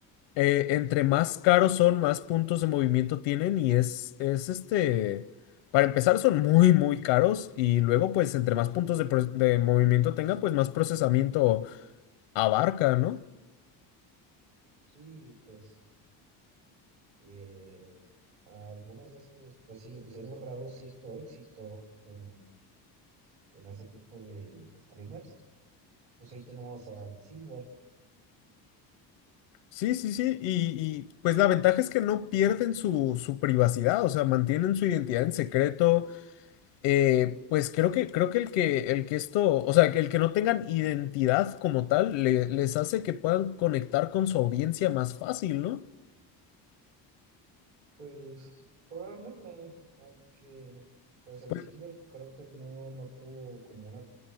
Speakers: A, on the left; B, on the right.
A: eh, entre más caros son, más puntos de movimiento tienen y es, es este, para empezar son muy, muy caros y luego pues entre más puntos de, pro- de movimiento tenga, pues más procesamiento abarca, ¿no?
B: Sí, pues eh, algunos de estos, pues sí, se han logrado cierto éxito en en ese tipo de streamers. Pues ahí tenemos al Silver.
A: Sí, sí, sí, y, y pues la ventaja es que no pierden su, su privacidad, o sea, mantienen su identidad en secreto Eh, pues creo que, creo que el que, el que esto, o sea, que el que no tengan identidad como tal, le- les hace que puedan conectar con su audiencia más fácil, ¿no?
B: Pues probablemente, aunque pues el
A: Pues,
B: Silver creo que no, no tuvo como una